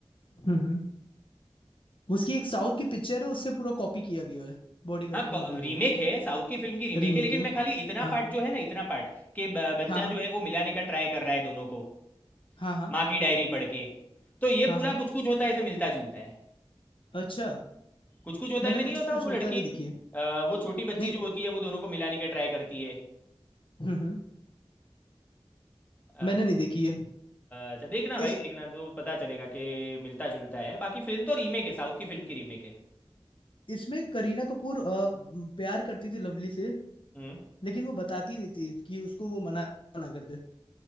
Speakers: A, on the left; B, on the left.
A: हम्म हम्म। उसकी एक साउथ की पिक्चर है उससे पूरा कॉपी किया गया है बॉडीगार्ड
B: हाँ
A: की मूवी
B: रीमेक
A: को
B: है साउथ की फिल्म की रीमेक
A: रीमेक
B: है लेकिन
A: है
B: मैं खाली इतना
A: हाँ
B: पार्ट
A: हाँ
B: जो है ना इतना पार्ट कि ब- बच्चा
A: हाँ हाँ
B: जो है वो मिलाने का ट्राई कर रहा है दोनों को
A: हाँ हाँ
B: माँ की डायरी पढ़ के तो ये
A: हाँ
B: पूरा
A: हाँ
B: कुछ कुछ होता है ऐसे मिलता जुलता है
A: अच्छा
B: कुछ कुछ होता
A: मैंने
B: है में नहीं
A: कुछ
B: होता
A: कुछ
B: वो
A: होता
B: लड़की
A: नहीं देखी है
B: अ, वो छोटी बच्ची
A: नहीं
B: जो होती है वो दोनों को मिलाने का ट्राई करती है
A: हम्म हम्म
B: अच्छा
A: मैंने नहीं देखी है
B: अच्छा देखना
A: इस
B: भाई देखना तो पता चलेगा कि मिलता जुलता है बाकी फिल्म तो रीमेक है साउथ की फिल्म की रीमेक है
A: इसमें करीना कपूर अ, प्यार करती थी लवली से
B: हम्म
A: लेकिन वो बताती नहीं थी कि उसको वो मना ना कर दे